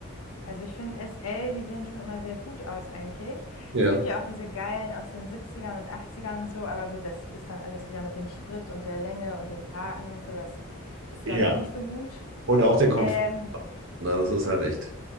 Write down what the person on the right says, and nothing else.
Ja.
Ja.
Und auch der Komfort.
Na, das ist halt echt.